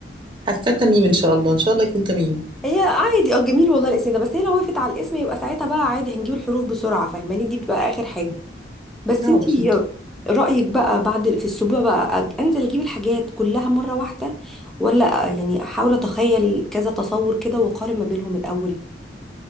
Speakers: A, on the right (about 30°); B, in the centre.
A: حاسه تميم ان شاء الله ان شاء الله يكون تميم
B: هي عادي اه جميل والله الاسم ده بس هي لو وقفت على الاسم يبقى ساعتها بقى عادي هنجيب الحروف بسرعة فاهماني دي بتبقى آخر حاجة بس
A: اه
B: انتي
A: بسيطه
B: رأيك بقى بعد في الأسبوع بقى أج- انزل اجيب الحاجات كلها مرة واحدة ولا آه، يعني احاول اتخيل كذا تصور كده واقارن ما بينهم الأول